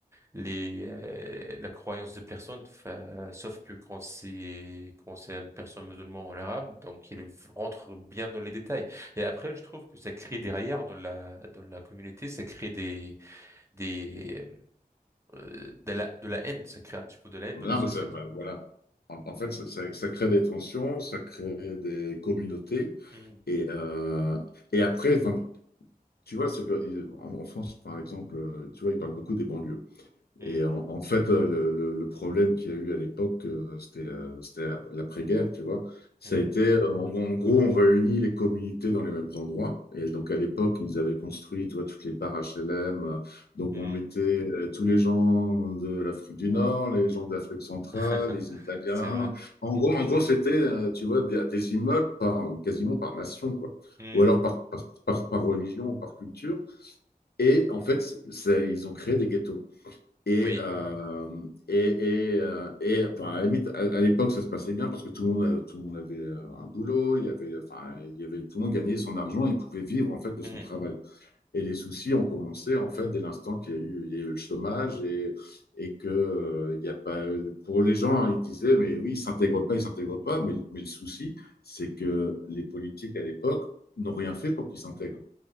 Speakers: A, on the right (about 15°); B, on the left (about 80°).
A: les euh, la croyance des personnes fa- sauf que quand c'est quand c'est une personne musulmane en arabe donc il rentre bien dans les détails et après je trouve que ça crée derrière dans la dans la communauté ça crée des des euh, de la de la haine ça crée un petit peu de la haine
B: Non,
A: dans la société
B: mais ça, ben, voilà. En, en fait, ça, ça- ça crée des tensions, ça crée des communautés.
A: Hmm,
B: Et, euh, et après, enfin, tu vois, c'est, en, en France, par exemple, euh, tu vois, ils parlent beaucoup des banlieues.
A: hmm,
B: Et en, en fait, euh, le, le- le problème qu'il y a eu à l'époque, euh, c'était euh, c'était la- l'après-guerre, tu vois. Ça
A: hmm,
B: a été, euh, en, en gros, on réunit les communautés dans les mêmes endroits. Et donc, à l'époque, ils avaient construit, tu vois, toutes les barres HLM. euh, Donc,
A: hmm.
B: on mettait euh, tous les gens de l'Afrique du Nord, les gens d'Afrique centrale,
A: <laughs>
B: les Italiens.
A: c'est vrai
B: En gros, en gros, c'était, euh, tu vois, des, des immeubles par, quasiment par nation, quoi.
A: Hmm,
B: Ou alors par, par, par, par religion, par culture. Et en fait, c'est- ils ont créé des ghettos. Et,
A: oui
B: euh, et, et, euh, et, enfin, à la limite, à, à l'époque, ça se passait bien parce que tout le monde, euh, tout le monde avait euh, un boulot, il y avait, enfin, il y avait, tout le monde gagnait son argent, il pouvait vivre en fait de
A: Hmm,
B: son travail. Et les soucis ont commencé en fait dès l'instant qu'il y a eu, il y a eu le chômage et, et que euh, il y a pas, pour les gens, hein, ils disaient, mais oui, ils s'intègrent pas, ils s'intègrent pas, mais, mais le souci, c'est que les politiques à l'époque n'ont rien fait pour qu'ils s'intègrent.